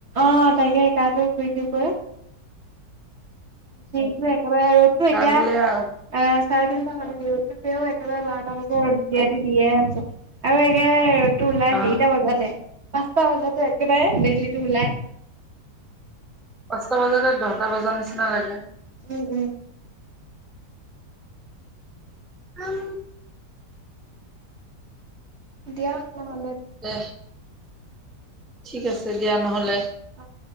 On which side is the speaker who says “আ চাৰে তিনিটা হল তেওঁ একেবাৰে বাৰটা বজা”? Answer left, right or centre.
Right